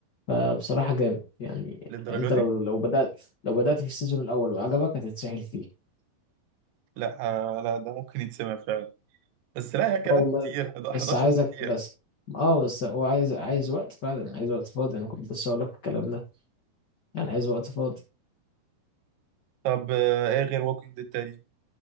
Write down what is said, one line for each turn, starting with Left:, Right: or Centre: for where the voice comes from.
Left: فبصراحه جامد يعني
Right: للدرجه
Left: انت لو
Right: دي
Left: لو بدات لو بدات في السيزون الاول وعجبك هتتسحل فيه
Right: لا آه، لا ده ممكن يتسمع فعلا بس لا يا كده
Left: اه والله
Right: كتير 11
Left: بس عايزك
Right: كتير
Left: بس اه بس هو عايز عايز وقت فعلا عايز وقت فاضي انا كنت لسه هقول لك الكلام ده يعني عايز وقت فاضي
Right: طب آه، ايه غير ووكينج ديد تاني